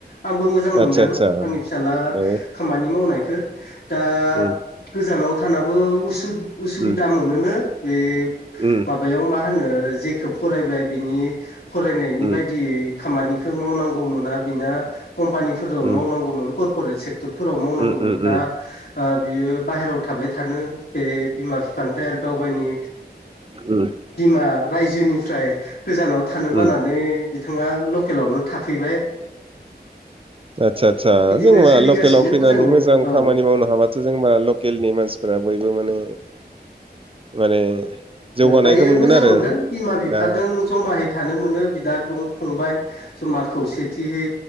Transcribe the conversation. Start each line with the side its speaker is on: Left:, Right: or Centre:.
Left: आंबो मोजां मोनदों
Right: आतसा आतसा
Left: आंनि फिसाजोला
Right: ए
Left: खामानि मावनाय बेखौ दा
Right: उम
Left: गोजानाव थानाबो उ उसुबिदा
Right: उम
Left: मोनोनो बे
Right: उम
Left: माबायाव मा होनो जेखौ फरायबाय बिनि फरायनायनि
Right: उम
Left: बायदियै खामानिखौ मावनांगौ मोना बिना कम्पानिफोराव
Right: उम
Left: मावनांगौमोन करर्प'रेट सेक्टरफोराव मावनांगौमोन
Right: उम उम
Left: दा
Right: उम
Left: बियो बाहेरायाव थाबाय थानो बे बिमा बिफानिफ्राय आरो गाव गावनि
Right: उम
Left: बिमा रायजोनिफ्राय गोजानाव थानो बानानै
Right: उम
Left: बिथाङा लकेलावनो थाफैबाय
Right: आदसा आटसा
Left: बिदिनो
Right: जोंबा
Left: सोलिगासिनो
Right: लकेलाव फैनानै
Left: मोजाङैनो
Right: मोजां खामानि
Left: औ
Right: मावनो हाबाथ' जोंबा लकेलनि मानसिफोरा बयबो माने माने जौगानायखौ
Left: दायो
Right: मोनगोन
Left: मोजां
Right: आरो
Left: मोनदों बिमा बिफाजों
Right: दा
Left: जमाय हैै थानो मोनो बिदा बिं फंबाय जमा खौसेथियै